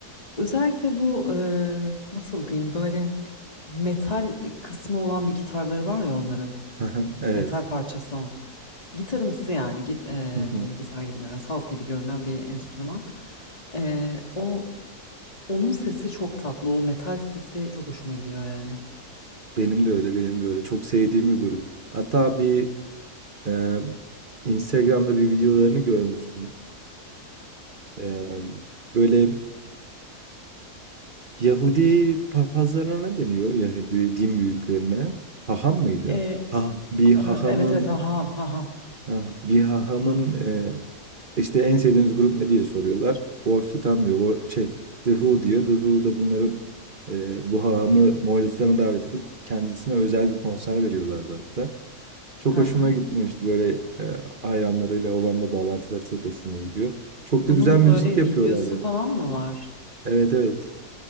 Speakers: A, on the left; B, on the right.
A: Özellikle bu e, nasıl diyeyim böyle metal kısmı olan bir gitarları var ya onların.
B: <laughs> Evet.
A: Metal parçası o. Gitarımsı yani git, e,
B: <laughs>
A: gitar gibi görünen, saz gibi görünen bir enstrüman. E, o Onun sesi çok tatlı. O metal sesi çok hoşuma gidiyor yani.
B: Benim de öyle, benim de öyle. Çok sevdiğim bir grup. Hatta bir Ee, Instagram'da bir videolarını görmüştüm. Ee, böyle Yahudi papazlarına ne deniyor? Yahudi din büyüklerine. Haham mıydı?
A: E, e,
B: Ha, bir hahamın
A: evet evet haham haham.
B: ha- bir hahamın e, işte en sevdiğiniz grup ne diye soruyorlar. Wolf Tam diyor. O şey The Who diyor. The Who da bunları e, bu hahamı Moğolistan'a davet edip kendisine özel bir konser veriyorlardı hatta. Çok hoşuma
A: Aha.
B: gitmişti böyle e, hayranlarıyla olan da bağlantıları çok hoşuma gidiyor. Çok
A: Bunun
B: da güzel müzik
A: böyle
B: yapıyorlar
A: videosu
B: ya.
A: falan mı var?
B: Evet evet.